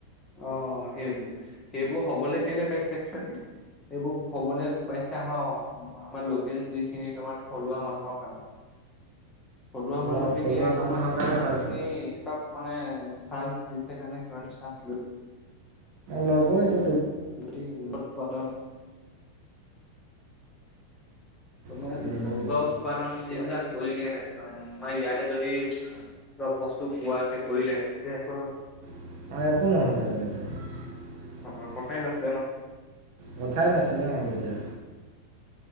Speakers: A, on the left; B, on the right.
A: অ সেইবোৰ সেইবোৰ হবলৈ কেলে পাইছে এচুৱেইলি সেইবোৰ হবলৈ পাইছে আমাৰ অস আমাৰ লোকেল যিখিনি তোমাৰ থলুৱা মানুহৰ কাম। থলুৱা মানুহখিনিয়ে
B: অঁ থলুৱা মানুহৰ
A: তোমাৰ
B: কাৰণে
A: সিমানখিনি
B: পাইছে
A: তাত মানে চান্স- দিছে কাৰণে ইমান চান্স ল'ল।
B: ল'ব এইটো।
A: <unintelligible> তোমাৰ
B: চান্স
A: ঘৰুৱা উৎপাদন এইবিলাক কৰিলে হেতেন ইয়াতে যদি চব বস্তু পুৱাতে কৰিলে এতিয়া একো -
B: <unintelligible>
A: অ', কথাই নাছিলে ন,
B: কথাই নাছিলে অ তেতিয়া।